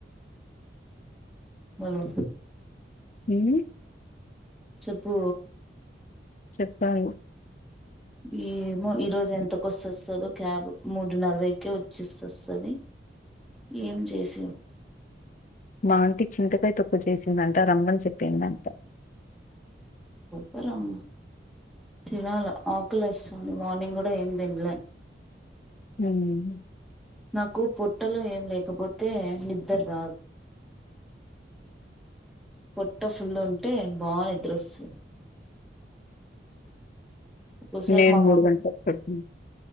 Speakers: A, in the centre; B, on the left (about 45°).
A: మొలు
B: ఉమ్
A: చెప్పూ
B: చెప్పలి
A: ఏమో ఈరోజు ఎంతకొస్త వస్తదో క్యాబ్ మూడు నలభైకే వచ్చేస్తొస్తది ఏంజేసి
B: మాంటి చింతకాయ్ తొప్పు చేసిందంట రమ్మన్ చెప్పిందంట
A: పొలం తినాల ఆకలేస్తుంది మార్నింగ్ కూడా ఏం దిన్లే
B: ఉమ్
A: నాకు పొట్టలో ఏం లేకపోతే నిద్దర్ రాదు పొట్ట ఫుల్లుంటే బా నిద్రొస్త ఒక్కోసారి
B: నేను
A: మా
B: మూడుఘంట్లకు పడ్కున్న